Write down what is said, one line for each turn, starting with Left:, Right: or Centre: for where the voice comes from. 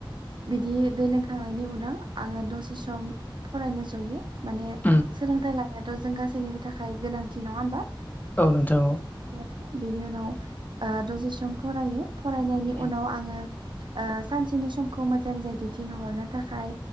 Right: बिदि दै लोंखांनायनि उनाव आंङो दसे सम फरायनो जयो। माने
Left: उम
Right: सोलोंथाइ लानायाथ' जों गासैनिबो थाखाय गोनांथि नंङा होमबा।
Left: औ नोंथां औ
Right: बिनि उनाव दसे सम फरायो फरायनायनि
Left: उम
Right: उनाव आंङो सानसेनि समखौ मोजांङै मोजांङै दैथिहरनो थाखाय